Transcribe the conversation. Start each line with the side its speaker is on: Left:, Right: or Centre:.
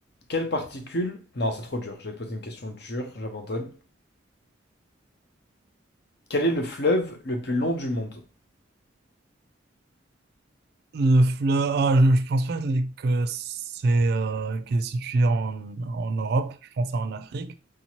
Left: Quelle particule... Non, c'est trop dur. Je vais te poser une question dure, j'abandonne. Quel est le fleuve le plus long du monde?
Right: Le fleur, ah, je, je pense pas que c'est euh, qu'il est situé en, en Europe. Je pense que c'est en Afrique,